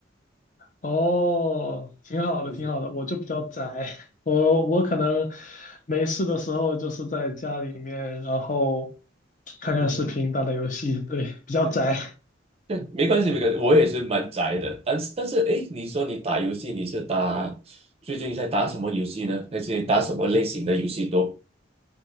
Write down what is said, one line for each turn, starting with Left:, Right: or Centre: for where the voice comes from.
Left: 哦，挺好的，
Right: 嗯哼
Left: 挺好的。我就比较宅，<laughs> 我我可能没事的时候就是在家里面，然后看看视频，
Right: 嗯哼
Left: 打打游戏，对，比较宅。
Right: 对对，没关系没关系，我也是蛮宅的。但是但是，诶，你说你打游戏，你是打最近在打什么游戏呢？还是你打什么类型的游戏多？